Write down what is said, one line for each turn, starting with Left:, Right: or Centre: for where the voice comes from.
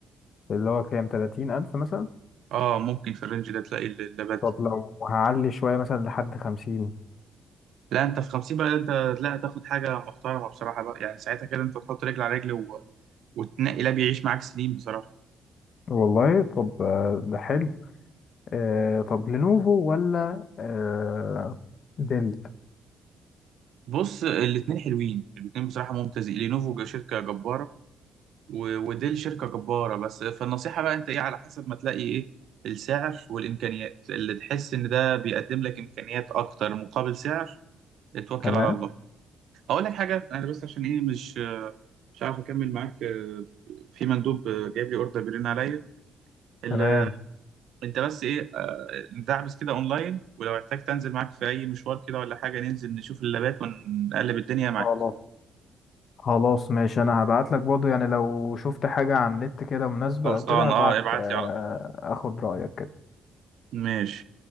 Left: اللي هو كام 30000 مثلا
Right: اه ممكن في الرينج ده تلاقي ال- اللابات دي
Left: طب لو هعلي شوية مثلا لحد 50
Right: لا انت في 50 بقى انت لا تاخد حاجه محترمه بصراحه بقى يعني ساعتها كده انت تحط رجل على رجل و... وتنقي لاب يعيش معاك سنين بصراحه
Left: والله طب آه، ده حلو آه طب لينوفو ولا آه ديل
Right: بص الاتنين حلوين الاتنين بصراحه ممتازين لينوفو شركه جباره و- ودي الشركة جبارة بس فالنصيحة بقى انت ايه على حسب ما تلاقي ايه السعر والامكانيات اللي تحس ان ده بيقدم لك امكانيات اكتر مقابل سعر اتوكل
Left: تمام
Right: على الله اقول لك حاجة انا بس عشان ايه مش مش عارف اكمل معاك آه، في مندوب آه، جايب لي اوردر بيرن عليا ال-
Left: تمام
Right: انت بس ايه آه، ندعبس كده اونلاين ولو احتجت انزل معاك في اي مشوار كده ولا حاجة ننزل نشوف اللابات ونقلب الدنيا معاك
Left: خلاص خلاص ماشي انا هبعت لك برضه يعني لو شفت حاجة على النت كده مناسبة
Right: خلصان
Left: او كده هبعت
Right: اه ابعت
Left: آه
Right: لي على طول
Left: اخد رأيك كده
Right: ماشي